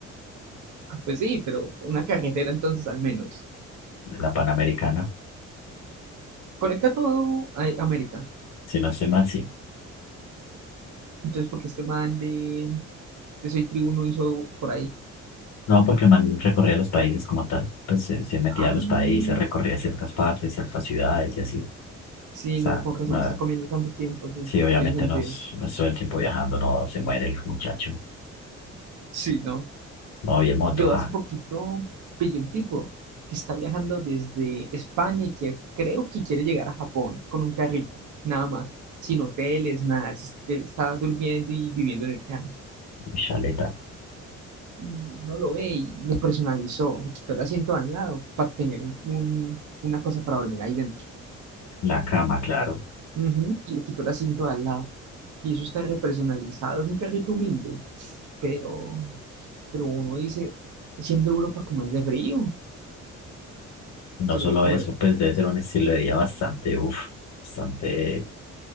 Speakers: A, on the right; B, on the left.
A: Pues sí, pero una carretera entonces al menos.
B: la Panamericana,
A: Conecta todo a América.
B: si no estoy mal, sí.
A: Entonces, porque este man de, de Soy Tribuno hizo por ahí.
B: No, porque el man recorría los países como tal, pues se, se metía
A: Ah,
B: a los países, recorría ciertas partes, ciertas ciudades y así. O
A: sí,
B: sea,
A: no, con razón,
B: no,
A: está comiendo tanto tiempo, sí,
B: sí, obviamente
A: tiene sentido.
B: no, es- no es todo el tiempo viajando, no se muere el muchacho.
A: Sí, no.
B: No, voy en moto,
A: Yo
B: ja,
A: hace poquito pillé un tipo que está viajando desde España y que creo que quiere llegar a Japón con un carrito, nada más, sin hoteles, nada, es- está durmiendo y viviendo en el carro.
B: chaleta,
A: Y uno lo ve y lo personalizó, le quitó el asiento al lado para tener un- un- una cosa para dormir ahí dentro.
B: la cama, claro.
A: Ujú, y le quitó el asiento al lado. Y eso está repersonalizado, es un carrito humilde, pero, pero uno dice, siendo Europa como es de frío,
B: No
A: se
B: solo
A: lo deben comer
B: eso, pues debe ser un estilo de vida bastante, uff, bastante